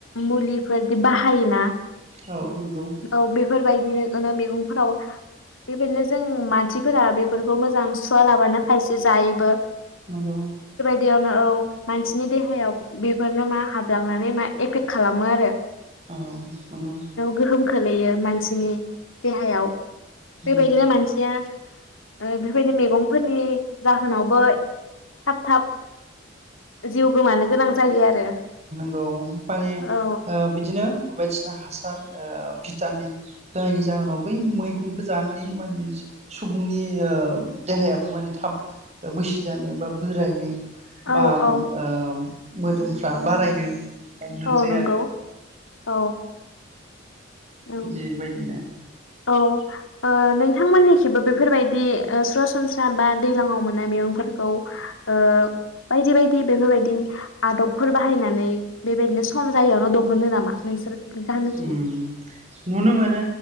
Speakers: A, on the left; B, on the right.
A: मुलिफोरदि बाहायोना
B: औ नंगौ
A: औ बेफोरबायदिनो <unintelligible> मैगंफोराव बेबायदिनो जों मानसिफोरा बेफोरखौ मोजां सुवालाबानो खायसे जायोबो
B: नोंगौ
A: बियावनो औ मानसिनि देहायाव बेफोरनो मा हाब लांनानै मा एफेक्ट खालामो आरो
B: औ नोंगौ
A: गोहोम खोलैयो मानसिनि देहायाव
B: उम
A: बे बायदिनो मानसिया ओ बेफोर बायदि मैगंफोरनि जाहोनावबो थाब थाब जिउ गोमानो गोनां जायो आरो
B: गौ माने
A: औ
B: ओ बिदिनो बायदिसिना हासा ओ भिटामिन होनायनि जाहोनाव बै मैगंखौ जानानैनो माने सुबुंनि ओ देहायाबो माने थाब बैसो जानो बा बोरायनो बाम
A: औ औ
B: ओम मोदोमफ्रु बारायनो हमदोंसै
A: औ नंगौ
B: आरो
A: औ औ
B: बेबायदिनो
A: औ ओ नोंथांमोननि खिबो बेफोरबायदि ओ सरासनस्रा बा दैलाङाव मोननाय मैगंफोरखौ ओ बायदि बायदि बेफोरबायदिनि आदबफोर बाहायनानै बेबायदिनो सम जायैयावनो दहनो नामा नोंसोर गामिथिं
B: ओम नुनो मोनो